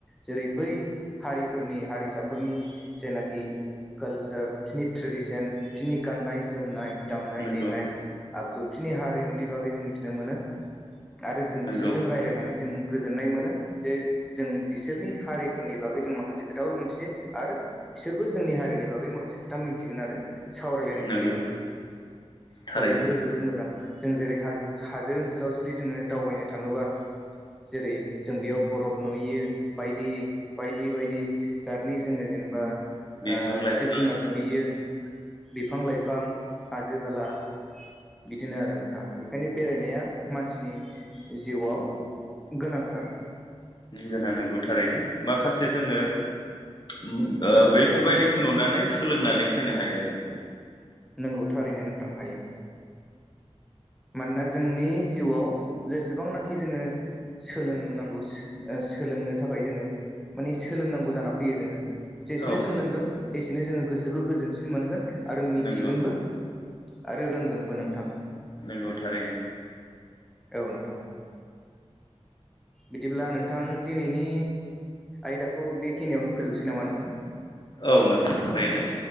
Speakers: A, in the centre; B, on the left.
A: जेरै बै हारिफोरनि हारिसा फोरनि जेनाखि कालचार बिसोरनि ट्रेडिसन बिसोरनि गाननाय जो जोमनाय दामनाय
B: नंगौ
A: देनाय
B: नंगौ
A: आगजु बिसनि हारिमुनि बागै जों मिथिनो मोनो आरो जों
B: नंगौ
A: बिसोरजों रायलायनानै जों गोजोननाय मोनो जे जों बिसोरनि हारिफोरनि बागै जों माखासे खोथाफोर मोनथियो आरो बिसोरबो जोंनि हारिनि बागै माखासे खो था मिथिगोन आरो सावरायलायनायनि
B: नंगौ
A: गेजेरजों
B: थारैनो
A: दा बेफोरो जोबोद मोजां जों जेरै हाजो हाजो ओनसोलाव जुदि जोङो दावबायनो थाङोबा जेरै जों बेयाव बरफ नुयो बायदि बायदि बायदि जादनि जोङो जेनेबा
B: बिफां
A: ओ
B: लाइफां
A: जिब जुनार नुहैयो बिफां लाइफां हाजो हाला बिदिनो आरो नोंथां बेखायनो बेरायनाया मानसिनि जिउआव गोनांथार
B: ओम गोनां नोंगौ थारैनो माखासे जोङो ओम ओ
A: औ
B: बैफोरबायदिखौ
A: नोंथां
B: नुनानै सोलोंनानै फैनो हायो आरो जोङो
A: नोंगौ थारैनो नोंथां हायो मानोना जोंनि जिउआव जेसेबांनाखि जोङो सोलोंनांगौ ओ सोलोंनो थाखाय जोङो माने सोलोंनांगौ जाना फैयो जोङो जेसेनो
B: औ
A: सोलोंगोन एसेनो जोङो गोसोबो गोजोनसिन मोनगोन आरो मिथिगोनबो
B: नंगौ
A: आरो रोंगोनबो नोंथां
B: नोंगौ थारैनो
A: औ नोंथां बिदिब्ला नोंथां दिनैनि आयदाखौ बेखिनियावनो फोजोबनोसै नामा नोंथां
B: औ नोंथां ओरैनो